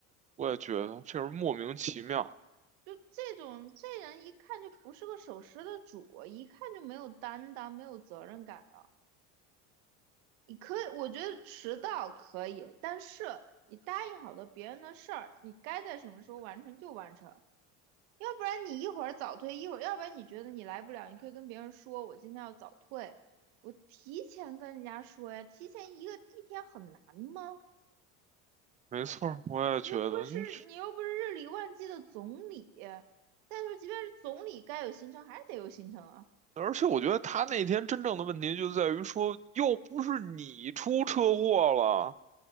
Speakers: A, on the right; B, on the right.
A: 我也觉得这是莫名其妙，
B: 就这种这人一看就不是个守时的主，一看就没有担当、没有责任感的。你可以，我觉得迟到可以，但是你答应好的别人的事儿，你该在什么时候完成就完成。要不然你一会儿早退，一会儿，要不然你觉得你来不了，你可以跟别人说，我今天要早退，我提前跟人家说呀，提前一个一天很难吗？
A: 没错儿，我也觉得，
B: 你又不是你又不是日理万机的总理，
A: 嗯
B: 再说即便是总理，该有行程还是得有行程啊。
A: 而且我觉得他那天真正的问题就在于说，又不是你出车祸了，